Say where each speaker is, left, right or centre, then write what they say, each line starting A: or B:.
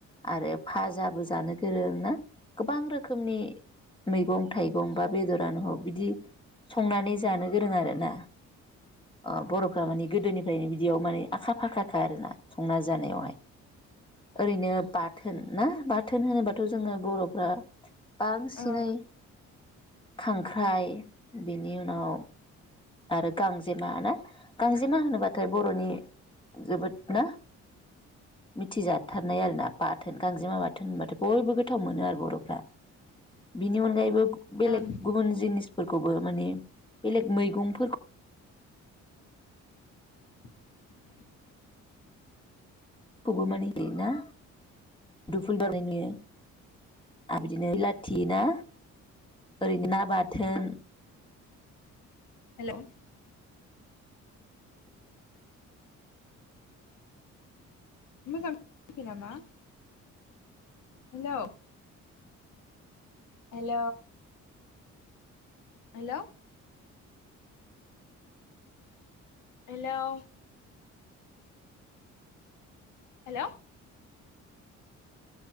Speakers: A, on the left; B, on the left.
A: आरो भाजाबो जानो गोरों ना गोबां रोखोमनि मैगं थाइगं बा बेदरानो हग बिदि संनानै जानो गोरों आरो ना अ बर'फ्रा माने गोदोनिफ्रायनो बिदियाव माने आखा फाखा खा आरोना संना जानायावहाय ओरैनो बाथोन ना बाथोन होनोबाथ' जोङो बर'फ्रा बांसिनै
B: औ
A: खांख्राइ, बेनि उनाव आरो गांजेमा ना गांजेमा होनोबाथाय बर'नि जोबोद ना मिथिजाथारनाय आरोना बाथोन गांजेमा बाथोन होनबाथाय बयबो गोथाव मोनो आरो बर'फ्रा बिनि अनगायैबो बेलेग
B: ओं
A: गुबुन जिनिस फोरखौबो माने बेलेग मैगं फोरख
B: <inaudible>
A: खौबो माने ना <unintelligible> दुफुल बारनाय नुयो आरो बिदिनो बिलाथि ना ओरैनो ना बाथोन
B: हेल' मोजां <unintelligible> नायाखै नामा हेल हेल हेल हेल हेल